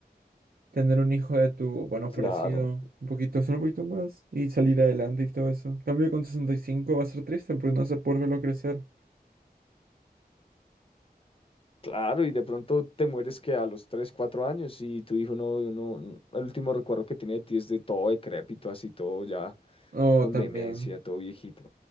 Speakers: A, on the right; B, on the left.
A: Tener un hijo de tu, bueno,
B: claro.
A: parecido, un poquito, solo un poquito más, y salir adelante y todo eso. En Cambio con 65 va a ser triste porque no vas a poder verlo crecer.
B: Claro, y de pronto te mueres que a los 3 4 años y tu hijo no, no, no- el último recuerdo que tiene de ti es de todo decrépito, así todo ya
A: Oh,
B: con
A: también.
B: demencia, todo viejito.